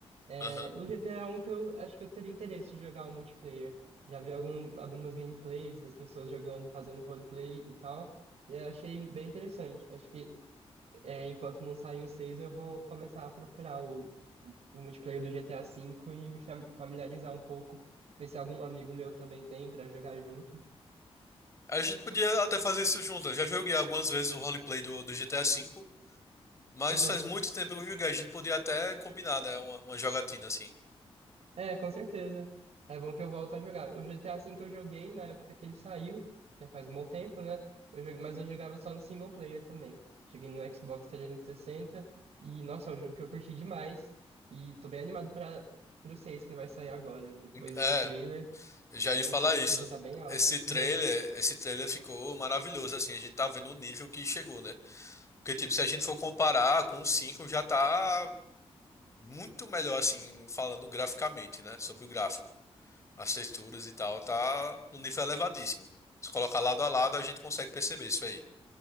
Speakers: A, on the right; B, on the left.
A: É,
B: Aham.
A: o GTA é um que eu acho que eu teria interesse de jogar o multiplayer. Já vi algum, algumas gameplays das pessoas jogando, fazendo roleplay e tal. E eu achei bem interessante. Acho que é, enquanto não sair o 6 eu vou começar a procurar o, o multiplayer do GTA V e me fam- familiarizar um pouco, ver se algum amigo meu também tem pra jogar junto.
B: A gente podia até fazer isso junto. Eu já joguei algumas vezes o roleplay do, do GTA V. Mas
A: Aham.
B: faz muito tempo que eu joguei. A gente podia até combinar, né? Uma, uma jogatina assim.
A: É, com certeza. É bom que eu volto a jogar. O GTA V que eu joguei na época que ele saiu, já faz um bom tempo, né? Eu joguei- mas eu jogava só no single player também. Cheguei no Xbox 360 e, sessenta e, nossa, é um jogo que eu curti demais. E tô bem animado para pro 6 que vai sair agora, depois
B: É,
A: desse trailer.
B: eu já
A: A
B: ia
A: minha
B: falar
A: expectativa
B: isso. né?
A: tá bem alta.
B: Esse trailer,
A: <laughs>
B: esse trailer ficou maravilhoso, assim. A gente tá vendo o nível que chegou, né? Porque, tipo, se a gente for comparar com o 5, já tá muito melhor, assim, falando graficamente, né? Sobre o gráfico. As texturas e tal, tá no nível elevadíssimo. Se colocar lado a lado, a gente consegue perceber isso aí.